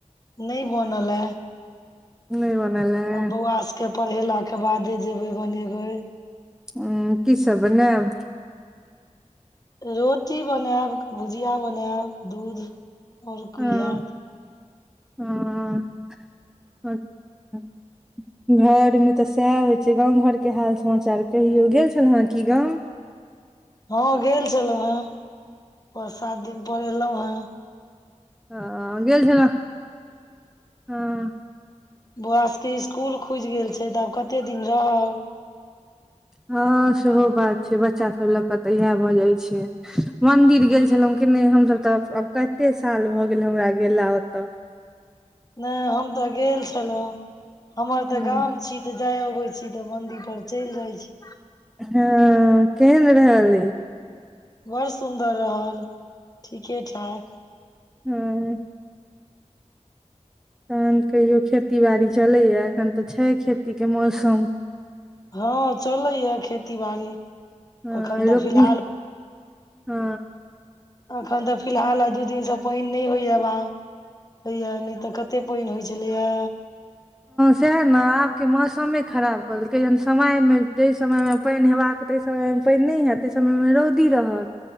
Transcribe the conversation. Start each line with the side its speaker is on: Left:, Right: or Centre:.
Left: नइ बनलए,
Centre: नहि बनल ए
Left: आ बौआ। के पढ़ेलाके बादे, जेबै बनेबै।
Centre: हूं, की सब बनैब।
Left: रोटी बनैब, भुजिया बनैब, दूध। आओर की
Centre: ह,
Left: हैत
Centre: हँ अछा। घर में तऽ सएह होइ छै, गांव-घरके हाल समाचार कहियौ, गेल छलहुँ हेँ की गाम।
Left: हँ गेल छलहुँ हें, पाँच-सात दिन पर एलहुँं हें।
Centre: हँ गेल छलहूऽ, हँ।
Left: बौआ सबके स्कूल खुइज गेल छै तऽ आब कत्ते दिन रहब।
Centre: हँ सेहो बात छै, बच्चा सब लऽ क तऽ इएह भऽ जाइत छै। मंन्दिर गेल छलहुँं किने, हमसभ तऽ आब कत्ते साल भऽ गेल हमरा गेला ओतऽ।
Left: नहि हम तऽ गेल छलहुँं हमर
Centre: हँ
Left: तऽ गाम छी। त जाय अबै छी तऽ मंदिर पर चलि जाइ छी।
Centre: हँ केहन रहले।
Left: बड़ सुन्दर रहल ठिके ठाक।
Centre: हँ। तहन कहियो खेती बाड़ी चलैए एखन तऽ छय खेती के मौसम।
Left: हँ चलैए खेती बाड़ी।
Centre: हँ
Left: अखन
Centre: रोपनी
Left: तऽ फिलहाल।
Centre: हँ
Left: अखन तऽ फिलहाल आ दू दिन से पानी नहि होइया बा। होइया नहि तऽ कते पाइन होइ छलैया।
Centre: सेह ने आबके मौसमे खराब कऽ देलकै हन समय में जहि समय मे पैन हेबाक तैहि समय में पैन नहि हैत तैहि समय में रौदी रहत